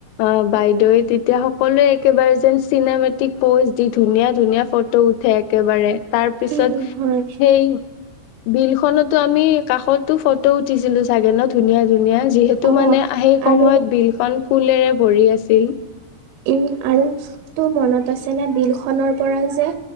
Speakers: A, on the left; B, on the right.
A: অ বাইদেউৱে তেতিয়া সকলোৱে একেবাৰে যেন চিনেমেটিক প'জ দি ধুনীয়া ধুনীয়া ফট ফটো উঠে একেবাৰে তাৰপিছত
B: উম হয়
A: সেই বিল খনতো আমি কাষতো ফট উঠিছিলো চাগে ন ধুনীয়া ধুনীয়া যিহেতু
B: অ
A: মানে আ হেই সময়ত
B: আৰু
A: বিলখন ফুলৰে ভৰি আছিল
B: উম আৰু তোৰ মনত আছে নে বিল খনৰ পৰা যে